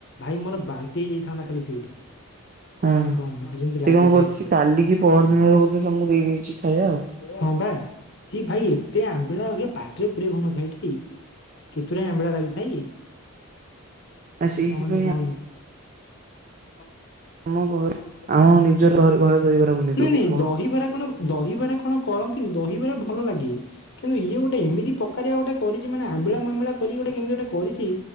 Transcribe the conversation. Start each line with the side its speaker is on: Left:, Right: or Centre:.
Left: ଭାଇ ମୋର ବାନ୍ତି ହେଇଯାଇଥାନ୍ତା ଖାଲି ସେଇଠି।
Right: ହଁ
Left: କହନି କହନି ଯେମିତି
Right: ସେ
Left: ଲାଗୁଥାଇ
Right: କଣ କରୁଚି
Left: ସିଏ।
Right: କାଲି କି ପହର ଦିନରେ ବୋଧେ ତମକୁ ଦେଇ ଦେଇଚି ଖାଇବା ଆଉ।
Left: ହଁ ବା ସିଏ ଭାଇ ଏତେ ଆମ୍ବିଳା ଏ ପାଟିରେ ପୁରେଇ ହଉନଥାଏ ଟି କେତେ ରୁଏ ଆମ୍ବିଳା ଲାଗୁଥାଇ
Right: ଆ ସେଇଥିପାଇଁ
Left: କହନି କହନି। ଅ
Right: ଆମ ଘର
Left: ନାଇଁ
Right: ଆମ ନିଜର ଘରେ ଘରେ ଦହିବରା ବନେଇ ଦବୁ
Left: ନାଇଁ
Right: ବ
Left: ଦହିବାର କଣ ଦହିବାର କଣ କରନ୍ତିନି ଦହିବାର ଭଲ ଲାଗେ। କିନ୍ତୁ ଇଏ ଗୋଟେ ଏମିତି ପ୍ରକାରିଆ ଗୋଟେ କରିଚି ମାନେ ଆମ୍ବିଳା ମାମ୍ବିଳା କରି କି ଗୋଟେ କେମିତି ଗୋଟେ କରିଛି